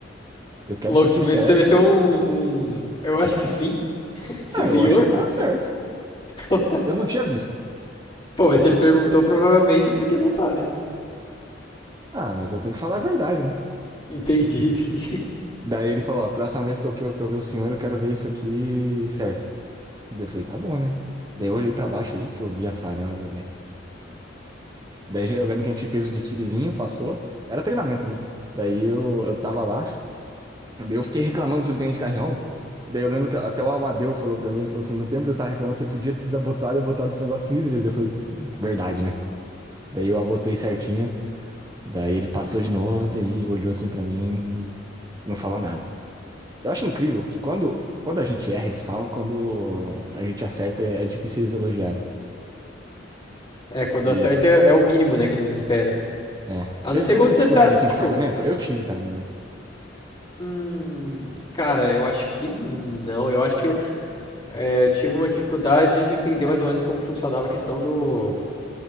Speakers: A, on the right; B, on the left.
A: Eu quero
B: louco
A: isso aqui
B: você
A: certo.
B: meteu um, um. Eu acho que sim. Sim,
A: Ah,
B: senhor.
A: eu achei que tava certo.
B: <laughs>
A: Eu não tinha visto.
B: Pô, mas se ele perguntou, provavelmente é porque não tá, né?
A: Ah, mas eu tenho que falar a verdade, né?
B: Entendi, <laughs> entendi.
A: Daí ele falou: Ó, a próxima vez que eu, que eu, que eu ver o senhor, eu quero ver isso aqui certo. Daí eu falei: Tá bom, né? Daí eu olhei pra baixo aí que eu vi a varanda, velho. Daí eu lembro que a gente fez o desfilezinho, passou. Era treinamento, né? Daí eu, eu tava lá, daí eu fiquei reclamando do subtenente Carrião. Daí eu lembro que até o Amadeu falou pra mim, ele falou assim, no tempo que eu tava reclamando, você podia ter desabotado e botado esse negócio 15 vezes. Daí eu falei, verdade, né? Daí eu abotei certinho, daí ele passou de novo, daí olhou assim pra mim e não falou nada. Eu acho incrível que quando, quando a gente erra, eles falam, quando a gente acerta, é difícil eles elogiarem.
B: É, quando
A: E,
B: acerta é, é o mínimo, né, que eles esperam.
A: é.
B: A
A: Você,
B: não ser
A: você
B: quando
A: teve
B: você
A: dificuldade
B: tá, tipo.
A: assim com fardamento? Eu tive, cara, no início.
B: Hum, cara, eu acho que não. Eu acho que eu é, tive uma dificuldade de entender mais ou menos como funcionava a questão do.